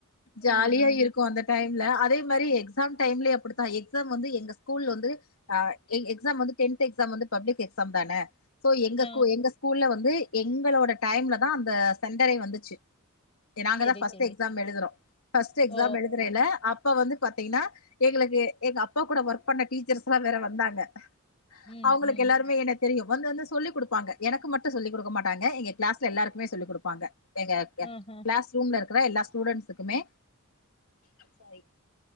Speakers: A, on the left; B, on the left.
A: ம்
B: ஜாலியா இருக்கு அந்த டைம்ல அதே மேரி எக்ஸாம் டைம்லயே அப்டித்தா எக்ஸாம் வந்து எங்க ஸ்கூல் வந்து ஆ எக் எக்ஸாம் வந்து டென்த் எக்ஸாம் வந்து பப்ளிக் எக்ஸாம் தான சோ எங்க
A: ஆ.
B: கூ எங்க ஸ்கூல்ல வந்து எங்களோட டைம்ல தா அந்த சென்டரே வந்துச்சு நாங்க
A: சரி,
B: தா ஃபர்ஸ்ட்
A: சரி.
B: எக்ஸாம் எழுதுறோ ஃபர்ஸ்ட் எக்ஸாம்
A: ஓ!
B: எழுதுரையில அப்ப வந்து பாத்தீன்னா எங்களுக்கு எங்க அப்பா கூட ஒர்க் பண்ண டீச்சர்ஸ் எல்லா வேற வந்தாங்க
A: ம்,
B: அவுங்களுக்கு
A: ம்.
B: எல்லாருமே என்ன தெரியு வந்து வந்து சொல்லிக் குடுப்பாங்க எனக்கு மட்டு சொல்லிக் குடுக்க மாட்டாங்க எங்க கிளாஸ்ல எல்லாருக்குமே சொல்லிக் குடுப்பாங்க எங்க
A: ஆஹ.
B: கிளாஸ் ரூம்ல இருக்குற எல்லா ஸ்டூடண்ஸ்க்குமே சாரி